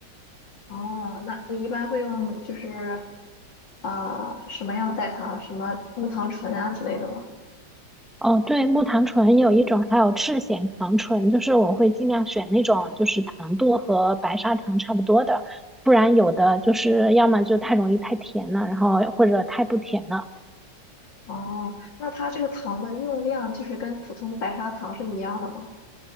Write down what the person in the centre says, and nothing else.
哦，对，木糖醇有一种，还有赤藓糖醇，就是我会尽量选那种就是糖度和白砂糖差不多的，不然有的就是要么就太容易太甜了，然后或者太不甜了。